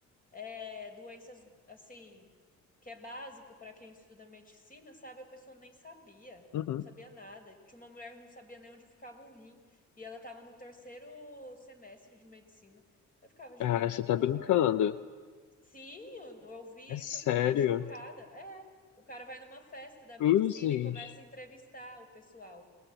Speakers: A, on the left; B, on the left.
A: é, doenças, assim, que é básico para quem estuda medicina, sabe? A pessoa nem sabia.
B: uhum.
A: Não sabia nada. Tinha uma mulher que não sabia nem onde ficava o rim. E ela tava no terceiro semestre de medicina. Eu ficava, gente,
B: Ah, você
A: pelo
B: tá brincando.
A: amor, né? Sim, eu, eu ouvi
B: É sério.
A: isso, eu fiquei chocada. É, o cara vai numa festa da medicina
B: Cruzes.
A: e começa a entrevistar o pessoal